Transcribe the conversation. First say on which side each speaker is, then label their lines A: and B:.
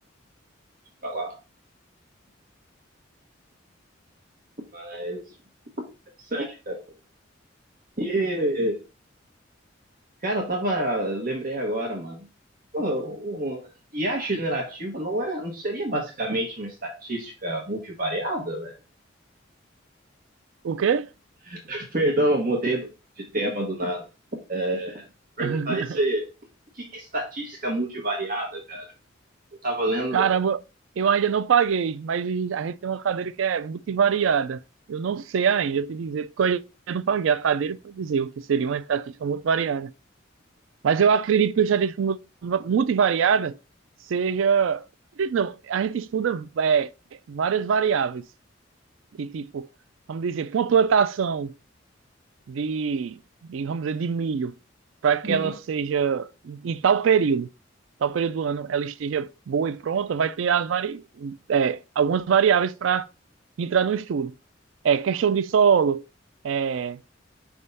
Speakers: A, on the right; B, on the right.
A: pra lá. Mas interessante, cara. E Cara, eu tava. Lembrei agora, mano. Pô, o, o- IA generativa não é, não seria basicamente uma estatística multivariada, velho?
B: O quê?
A: <laughs> Perdão, mudei do- de tema do nada. Vou Perguntar
B: <laughs>
A: isso aí. O que que é estatística multivariada, cara? Eu tava lendo.
B: Caramba, eu ainda não paguei, mas a gente tem uma cadeira que é multivariada. Eu não sei ainda te dizer, porque eu ainda não paguei a cadeira para dizer o que seria uma estatística multivariada. Mas eu acredito que a estatística mu- multivariada seja. acredito Não, a gente estuda é, várias variáveis, que tipo, vamos dizer, pontuação de, de, vamos dizer, de milho, para que
A: Uhum,
B: ela seja, em em tal período, tal período do ano, ela esteja boa e pronta, vai ter as vari, é, algumas variáveis para entrar no estudo. É questão de solo, é,